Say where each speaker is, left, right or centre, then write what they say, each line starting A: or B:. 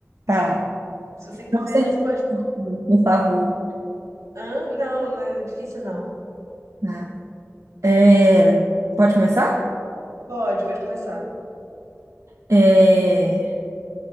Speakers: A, on the right; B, on the right.
A: Tá.
B: Se você quiser,
A: Não seja
B: você
A: difícil,
B: pode.
A: por favor.
B: Hã? Não, não é difícil não.
A: Tá. É, pode começar?
B: Pode, pode começar.
A: É,